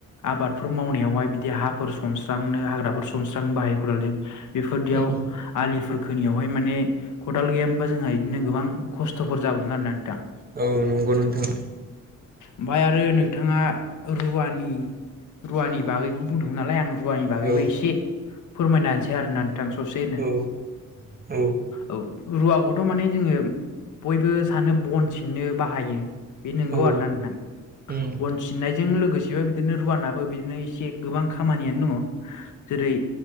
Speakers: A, on the left; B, on the right.
A: आबादफोर मावनायावहाय बिदि हा फोर सनस्रांनो हाग्राफोर सनस्रांनो हायो अदालतों। बेफोरदियाव
B: उम
A: आलिफोर खोनियावहाय माने खदाल गैया मोनबा जोंहा बिदिनो गोबां ख <unintelligible>
B: औ नंगौ नोंथां।
A: ओमफ्राय आरो नोंथाङा रुवानि रुवानि बागैबो बुंदोंमोन नालाय आं रुवानि बागैबो
B: औ
A: एसे फोरमायना होनसै आरोना नों थां ससेनो
B: औ औ
A: औ रुवाखौथ' माने जोङो बयबो सानो बन सिननो बाहायो बे नंगौ
B: उम औ उम
A: आरोना नोंथां
B: उम
A: बन सिननाय जों लोगोसेबो बिदिनो रुवानाबो बिदिनो एसे गोबां खामानियानो दङ। जेरै